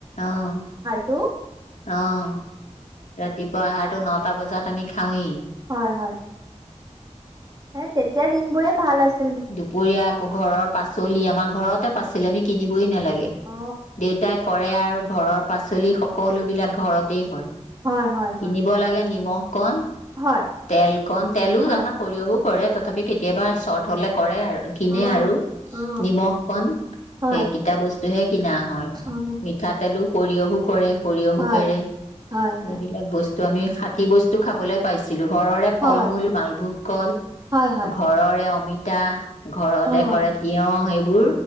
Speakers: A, on the left; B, on the right.
A: অহ।
B: ত
A: অঁ ৰাতিপোৱা আহাৰ নটা বজাত আমি খাওঁৱেই
B: হয় হয় এ তেতিয়া দিনবোৰে ভাল আছি
A: দুপৰীয়া আকৌ ঘৰৰ পাচলি আমাৰ ঘৰতে পাচলি আমি কিনিবই নালাগে
B: অ
A: দেউতাই কৰে আৰু ঘৰৰ পাচলি সকলো বিলাক ঘৰতেই হয়
B: হয় হয় হয়
A: কিনিব লাগে নিমখ কণ
B: হয়
A: তেল কণ তেলো
B: হয়।
A: আমাৰ সৰিয়হো কৰে তথাপি কেতিয়াবা চৰ্ট হ'লে কৰে আৰু কিনে
B: অ
A: আৰু
B: অ অ
A: নিমখ কণ
B: হয়
A: সেইকেইটা বস্তুহে কিনা হয়।
B: অ
A: মিঠাতেলো সৰিয়হো কৰে সৰিয়হো
B: হয়
A: পেৰে
B: হয়
A: সেইবিলাক
B: হয়।
A: বস্তু তো' আমি ষাটি বস্তু খাবলৈ পাইছো ছিলো, ঘৰৰে ফল-মূল
B: হয়,
A: মালভোগ কল,
B: হয়, হয়,
A: ঘৰৰে অমিতা তা ঘৰতে
B: অ',
A: কৰে তিয়হ সেইবোৰ